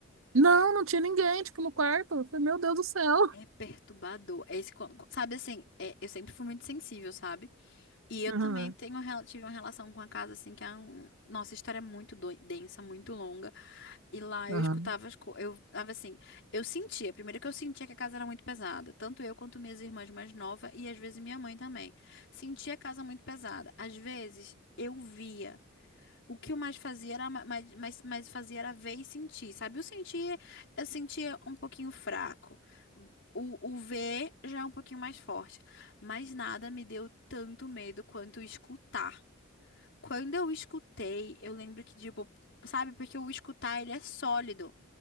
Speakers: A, on the right; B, on the left.
A: Não, não tinha ninguém, tipo, no quarto. Eu falei, meu Deus do céu.
B: É perturbador. É esse, quan- sabe assim, é, eu sempre fui muito sensível, sabe? E eu
A: Aham,
B: também tenho, rela- tive uma relação com a casa, assim, que a nossa história é muito doi- densa, muito longa. E lá
A: aham,
B: eu escutava as coisas. Eu tava assim, eu sentia, primeiro que eu sentia que a casa era muito pesada. Tanto eu quanto minhas irmãs mais novas e às vezes minha mãe também. Sentia a casa muito pesada. Às vezes eu via. O que eu mais fazia era ma- mais, mais, mais fazia era ver e sentir, sabe? O sentir, eu sentia um pouquinho fraco. O, o ver já é um pouquinho mais forte. Mas nada me deu tanto medo quanto escutar. Quando eu escutei, eu lembro que, tipo, sabe, porque o escutar ele é sólido.